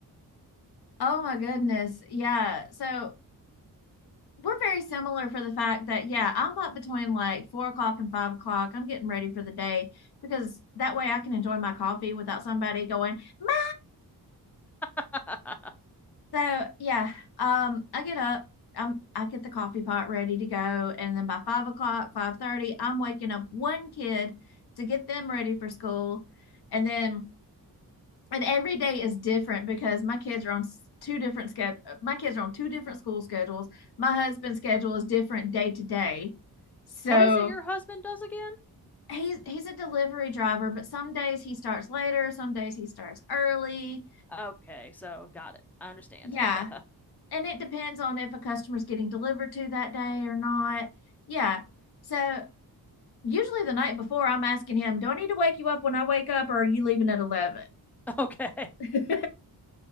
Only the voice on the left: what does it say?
Oh my goodness. Yeah. So we're very similar for the fact that, yeah, I'm up between like four o'clock and five o'clock. I'm getting ready for the day because that way I can enjoy my coffee without somebody going, Ma!
So yeah, um, I get up, I'm I get the coffee pot ready to go, and then by five o'clock, five thirty, I'm waking up one kid to get them ready for school, and then and every day is different because my kids are on two different sched. My kids are on two different school schedules. My husband's schedule is different day to day, so
he's he's a delivery driver, but some days he starts later, some days he starts early.
Yeah,
and it depends on if a customer's getting delivered to that day or not. Yeah. So usually the night before, I'm asking him, "Do I need to wake you up when I wake up, or are you leaving at 11? <laughs>
and